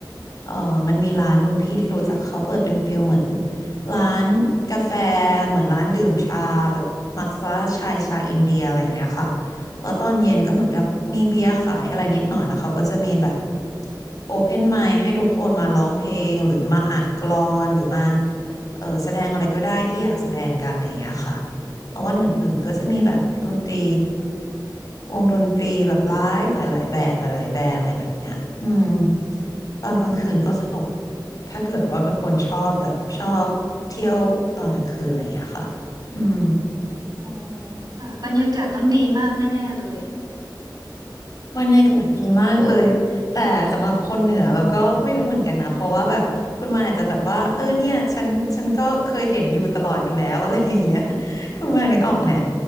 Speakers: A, on the left; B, on the right.
A: เออมันมีร้านรุ่นพี่ที่รู้จักเขาเปิดเป็นฟิลเหมือนร้านกาแฟเหมือนร้านดื่มชาแบบมัทฉะชายชาอินเดียอะไรอย่างเงี้ยค่ะแล้วตอนเย็นก็เหมือนกับมีเบียร์ขายอะไรนิดหน่อยแล้วเขาก็จะมีแบบโอเพนไมค์ให้ทุกคนมาร้องเพลงหรือมาอ่านกลอนหรือมาเออแสดงอะไรก็ได้ที่อยากแสดงกันอะไรอย่างเงี้ยค่ะ แล้ววันอื่นๆก็จะมีแบบดนตรีวงดนตรีแบบไลฟ์หลายๆแบบหลายๆแบรนด์อะไรแบบเนี้ยอืมตอนกลางคืนก็สนุก
B: อืม
A: ถ้าเกิดว่าเป็นคนชอบแบบชอบเที่ยวตอนกลางคืนอะไรอย่างเงี้ยค่ะอืม
B: อ๋อค่ะบรรยากาศต้องดีมากแน่ๆเลย
A: บรรยากาศดีมากเลย แต่สำหรับคนเหนือเราก็ไม่รู้เหมือนกันนะ เพราะว่าแบบคุณมาอาจจะแบบว่าเออเนี่ยฉันฉันก็เคยเห็นอยู่ตลอดอยู่แล้ว <laughs> อะไรอย่างเงี้ยคุณมานึกออกไหม